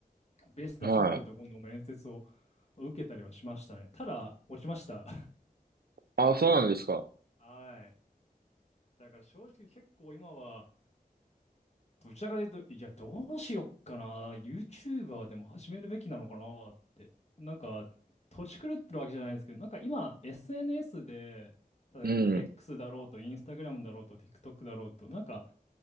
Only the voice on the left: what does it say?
ベス出すってとこの面接を
受けたりはしましたね。ただ、落ちました。
<laughs> はい。だから正直結構今は、どちらかというと、いや、どうしよっかな。YouTuber でも始めるべきなのかなって。なんか、土地狂ってるわけじゃないですけど、なんか今、SNS で、だから
X だろうと、Instagram だろうと、TikTok だろうと、なんか、